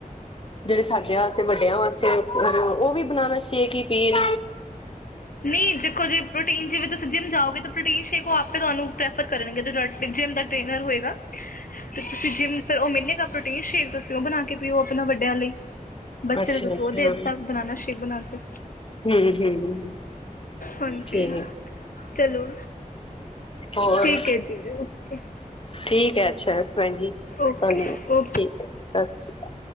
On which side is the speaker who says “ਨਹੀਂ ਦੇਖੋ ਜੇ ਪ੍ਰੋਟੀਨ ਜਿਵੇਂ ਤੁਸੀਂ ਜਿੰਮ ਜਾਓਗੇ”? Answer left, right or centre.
Left